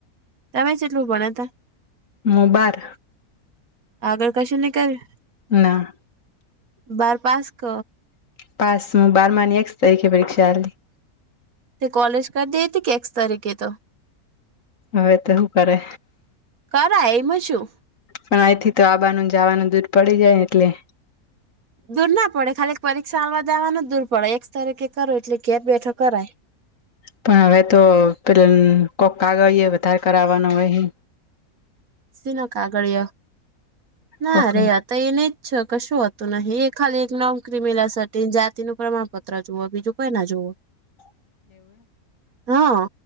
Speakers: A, on the right (about 70°); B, on the left (about 60°).
A: તમે જેટલું ભણયાતા?
B: મુ બાર.
A: આગળ કશે ની કર્યું.
B: ના.
A: બાર પાસ ક?
B: પાસ હું બારમાની એક્સ તારીખે પરીક્ષાલી.
A: તે કોલેજ કર દે હતી કે એકક્સ તરીકે તો.
B: હવે તો શું કરે.
A: કરાય એમાં છું.
B: પણ અહીંથી તો આબાનું જવાનું દૂર પડી જાય ને એટલે.
A: દૂર ના પડે ખાલી પરીક્ષા આલવા દેવાનું દૂર પડે એક તરીકે કરો એટલે ઘેર બેઠો કરાય.
B: પણ હવે તો પેલા કોઈક કાગળએ વધારે કરાવવાનો હોય.
A: સી ન કાગળયો ના
B: કોક
A: અરે તો એને છ કશું હતું નહી એ ખાલી એક નોન ક્રિમિલર સર્ટી જાતિનું પ્રમાણપત્ર જુઓ બીજું કોઈ ના જુવ.
B: <inaudible>
A: હા